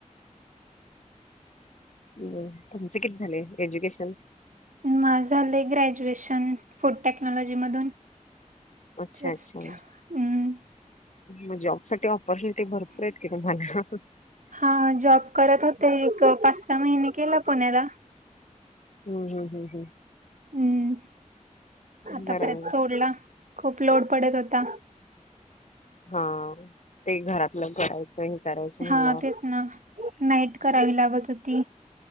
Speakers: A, on the left; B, on the right.
A: हम्म, तुमचं किती झाले एज्युकेशन?
B: माझं झालंय ग्रॅज्युएशन फूड टेक्नॉलॉजी मधून.
A: अच्छा,
B: जस्ट
A: अच्छा.
B: हम्म
A: मग जॉब साठी ऑपॉर्च्युनिटी भरपूर आहेत की तुम्हाला.
B: हा जॉब करत होते. एक पाच-सहा महिने केलं पुण्याला.
A: हम् हम् हम् हम्.
B: हम्म.
A: हम्म
B: तोपर्यंत
A: बरं
B: <unintelligible> सोडला खूप लोड पडत होता.
A: हा. ते घरातलं करायचं. करायचं म्हणल्यावर
B: हा, तेच ना नाईट करावी लागत होती.